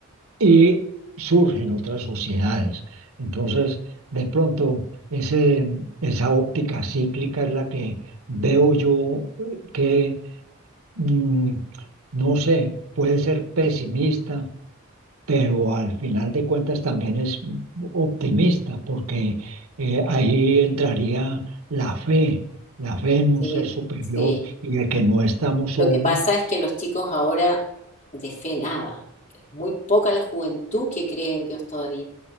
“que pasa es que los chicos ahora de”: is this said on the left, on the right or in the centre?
Left